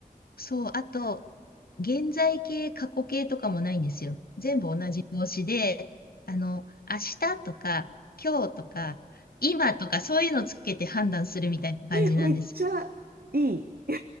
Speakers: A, on the left (about 80°); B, on the right (about 85°).
A: そう、あと、現在形、過去形とかもないんですよ。全部同じ動詞で、あの、明日とか、今日とか、今とか、そういうのつけて判断するみたいな感じなんですよ。
B: え、めっちゃいい。<laughs>